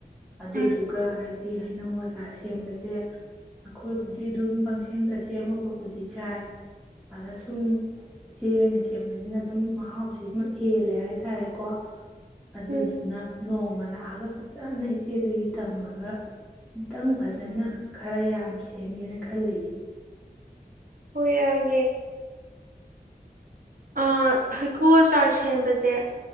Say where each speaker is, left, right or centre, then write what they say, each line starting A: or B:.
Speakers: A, in the centre; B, on the right.
A: ꯑꯗꯨꯗꯨꯒ
B: ꯎꯝ
A: ꯍꯥꯏꯗꯤ ꯍꯩꯅꯧ ꯑꯆꯥ ꯁꯦꯝꯕꯁꯦ ꯑꯩꯈꯣꯏꯕꯨꯗꯤ ꯑꯗꯨꯝ ꯄꯪꯁꯦꯝꯇ ꯁꯦꯝꯃꯒꯕꯨꯗꯤ ꯆꯥꯏ ꯑꯗ ꯁꯨꯝ ꯏꯆꯦ ꯑꯣꯏꯅ ꯁꯦꯝꯕꯁꯤꯅ ꯑꯗꯨꯝ ꯃꯍꯥꯎꯁꯤ ꯍꯦꯜꯂꯦ ꯍꯥꯏꯇꯥꯔꯦꯀꯣ ꯑꯗꯨꯗꯨꯅ
B: ꯎꯝ
A: ꯅꯣꯡꯃꯂꯥ ꯊꯥꯛꯑꯒ ꯐꯖꯅ ꯏꯆꯦꯗꯒꯤ ꯇꯝꯃꯒ ꯑꯃꯨꯇꯪ ꯐꯖꯅ ꯈꯔ ꯌꯥꯝ ꯁꯦꯝꯒꯦꯅ ꯈꯜꯂꯤꯌꯦ
B: ꯍꯌꯥꯒꯦ ꯑ ꯍꯩꯀꯨ ꯆꯔ ꯁꯦꯝꯕꯁꯦ